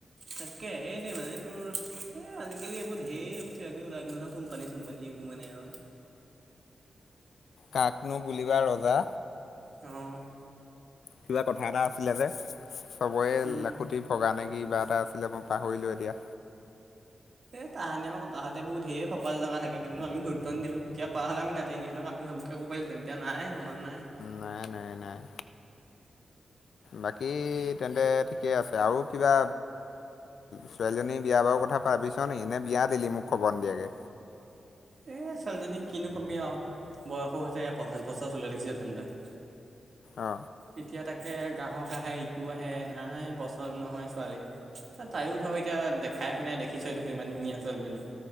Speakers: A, on the right; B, on the left.
A: তাকে এই দিয়ে মানে তোৰ এ আজিকালি এইবোৰ ধেৰ কিবা কিব ওলাই গ'ল নহয়। কোম্পানী-চোম্পানী এইবোৰ মানে আও
B: কাকনো বুলিবা ৰজা?
A: অ'।
B: কিবা কথা এটা আছিলে যে, চবৰে
A: উম।
B: লাখুটি ভগা নে কি কিবা এটা আছিলে পাহৰিলো এতিয়া।
A: এ তাহানি আমা ককাহঁতে বহুত ধেৰ কপাল জগা থাকে কিন্তু আমি গুৰুত্ব নিদিলো। এতিয়া কোৱা হ'লে আমিও নাতিনী হতক আমিও সেইবোৰ কব পাৰিছেনে এতিয়া নাই মনত নাই।
B: নাই-নাই-নাই। বাকী তেন্তে ঠিকে আছে আৰু কিবা ছোৱালীজনী বিয়া বাৰু কথা ভাবিছ নিকি নে বিয়া দিলি মোক খবৰ নিদিয়াকে।
A: এ ছোৱালীজনী কিনো কবি আও বয়সো হৈছে পঁচিছ বছৰ চলিছে দেখোন তাই <inaudible>
B: অ।
A: এতিয়া তাকে গ্ৰাহক আহে ইটো আহে নাই পচন্দ নহয় ছোৱালীৰ। ত তাইও ধৰক এতিয়া দেখাই শুনাই দেখিছই দেখোন ইমান ধুনীয়া ছোৱালীজনী।